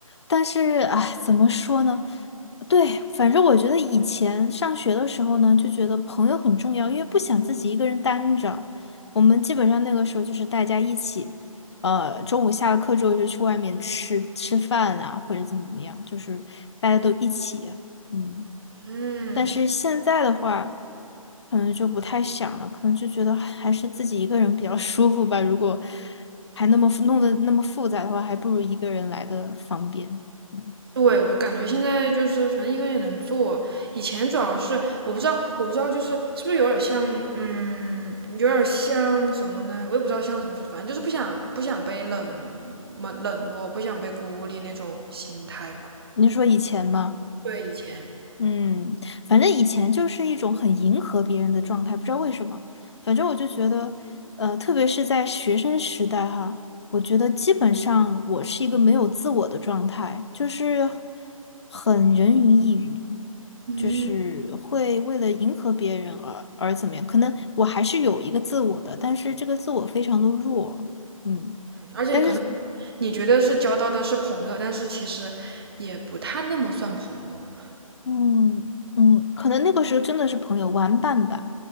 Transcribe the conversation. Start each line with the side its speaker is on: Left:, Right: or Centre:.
Left: 但是哎，怎么说呢？对，反正我觉得以前上学的时候呢，就觉得朋友很重要，因为不想自己一个人单着。我们基本上那个时候就是大家一起，呃，中午下了课之后就去外面吃吃饭啊，或者怎么怎么样，就是大家都一起啊，嗯。
Right: 嗯。
Left: 但是现在的话，可能就不太想了，可能就觉得还是自己一个人比较舒服吧。如果还那么复弄得那么复杂的话，还不如一个人来的方便。嗯，
Right: 对，我感觉现在就是反正一个人也能做，以前主要是我不知道，我不知道就是是不是有点像，嗯，有点像什么呢？我也不知道像什么，反正就是不想不想被冷冷冷落，不想被孤立那种心态吧。
Left: 您说以前吗？
Right: 对，以前，
Left: 嗯，反正以前就是一种很迎合别人的状态，不知道为什么。反正我就觉得，呃，特别是在学生时代哈，我觉得基本上我是一个没有自我的状态，就是很人云亦云。
Right: 嗯，
Left: 就是会为了迎合别人而而怎么样？可能我还是有一个自我的，但是这个自我非常的弱，嗯，
Right: 而且你可能
Left: 但是
Right: 你觉得是交到的是朋友，但是其实也不太那么算朋友了。
Left: 嗯嗯，可能那个时候真的是朋友玩伴吧，